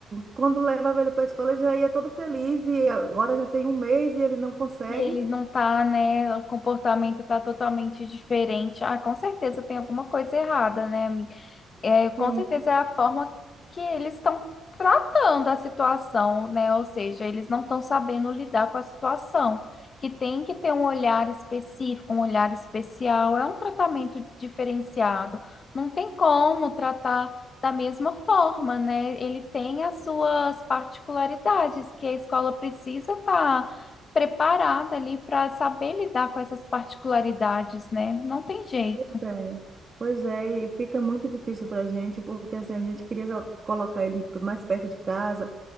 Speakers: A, on the right (about 35°); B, on the left (about 40°).
A: quando levava ele para a escola, ele já ia todo feliz, e agora já tem um mês e ele não consegue.
B: E ele não tá, né? O comportamento tá totalmente diferente. Ah, com certeza tem alguma coisa errada, né, amiga? É, com
A: Sim,
B: certeza é a forma que eles estão tratando a situação, né? Ou seja, eles não estão sabendo lidar com a situação, que tem que ter um olhar específico, um olhar especial, é um tratamento diferenciado. Não tem como tratar da mesma forma, né? Ele tem as suas particularidades que a escola precisa estar preparada ali para saber lidar com essas particularidades, né? Não tem jeito.
A: pois é. Pois é, e fica muito difícil para a gente, porque assim, a gente queria colocar ele mais perto de casa,